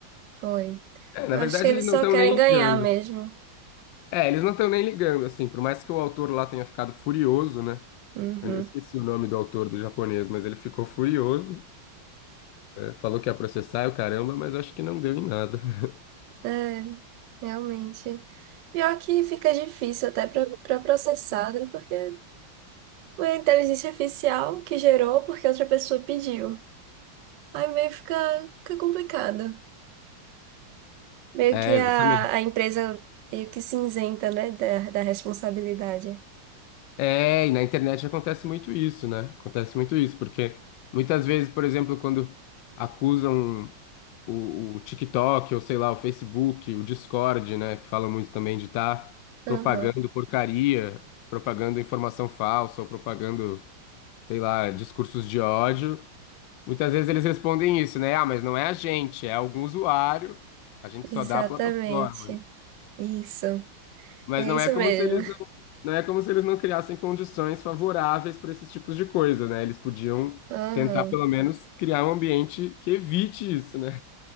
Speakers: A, on the right; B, on the left.
A: Foi.
B: É, na
A: Eu
B: verdade,
A: acho que eles
B: eles não
A: só
B: estão
A: querem
B: nem
A: ganhar
B: ligando.
A: mesmo.
B: É, eles não estão nem ligando, assim, por mais que o autor lá tenha ficado furioso, né?
A: Uhum.
B: Eu esqueci o nome do autor do japonês, mas ele ficou furioso. Falou que ia processar, eu caramba, mas acho que não deu em nada. <laughs>
A: É, realmente. Pior que fica difícil até para processada, porque Foi a inteligência artificial que gerou porque outra pessoa pediu. Aí meio fica, fica complicado. Meio
B: É,
A: que
B: exatamente.
A: a, a empresa meio que se isenta, né, da, da responsabilidade.
B: É, e na internet acontece muito isso, né? Acontece muito isso, porque muitas vezes, por exemplo, quando acusam o, o TikTok, ou sei lá, o Facebook, o Discord, né, que falam muito também de estar propagando
A: Aham,
B: porcaria, propagando informação falsa, ou propagando, sei lá, discursos de ódio, muitas vezes eles respondem isso, né? Ah, mas não é a gente, é algum usuário, a gente
A: exatamente.
B: só dá a plataforma.
A: Isso.
B: Mas
A: É
B: não
A: isso
B: é como
A: mesmo.
B: se eles não, não é como se eles não criassem condições favoráveis para esses tipos de coisa, né? Eles podiam
A: Aham.
B: tentar pelo menos criar um ambiente que evite isso, né?